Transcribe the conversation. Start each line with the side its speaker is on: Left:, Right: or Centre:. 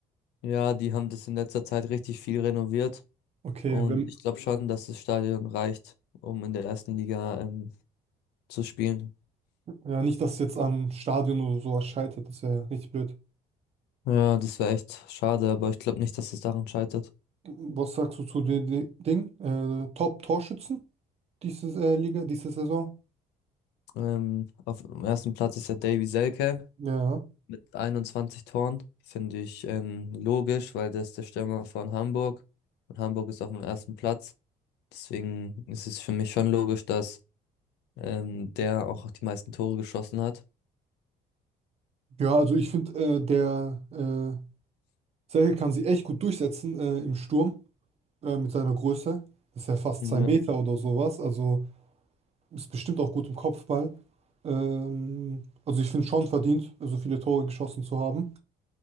Left: Ja, die haben das in letzter Zeit richtig viel renoviert
Right: Okay,
Left: und
Right: wenn,
Left: ich glaube schon, dass das Stadion reicht, um in der ersten Liga, ähm, zu spielen.
Right: Ja, nicht, dass es jetzt am Stadion oder sowas scheitert, das wäre richtig blöd.
Left: Ja, das wäre echt schade, aber ich glaube nicht, dass es daran scheitert.
Right: Was sagst du zu dem Di- Ding? Äh, Top-Torschützen diese äh, Liga, diese Saison?
Left: Ähm, auf dem ersten Platz ist ja Davy Selke
Right: Ja.
Left: mit 21 Toren. Finde ich ähm, logisch, weil der ist der Stürmer von Hamburg und Hamburg ist auf dem ersten Platz. Deswegen ist es für mich schon logisch, dass ähm, der auch die meisten Tore geschossen hat.
Right: Ja, also ich finde, äh, der äh, Serhel kann sich echt gut durchsetzen äh, im Sturm äh, mit seiner Größe. Ist ja fast
Left: Ja.
Right: zwei Meter oder sowas. Also ist bestimmt auch gut im Kopfball. Ähm, also ich finde schon verdient, so viele Tore geschossen zu haben.